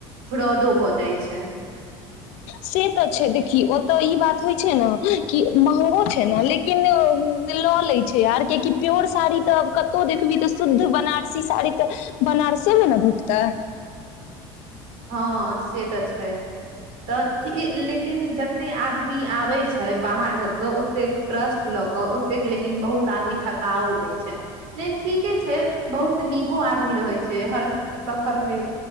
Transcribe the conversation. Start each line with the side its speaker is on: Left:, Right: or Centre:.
Right: फ्रॉडो भऽ जाइ छै
Left: से तऽ छै देखी ओतऽ ई बात होइ छै ने कि महगो छै ने लेकिन लऽ लै छै आर कियकि प्योर साड़ी तऽ आब कतहु देखबी तऽ शुद्ध बनारसी साड़ी तऽ बनारसेमे ने भेटतै
Right: हँ से तऽ छै तऽ लेकिन जते आदमी आबे छै बाहर सबसँ ओतेक ट्रस्ट लऽ के ओतेक लेकिन बहुत आदमी ठकाओ दय छै ल ठीके छै बहुत नीको आदमी रहे छै हर सफर मे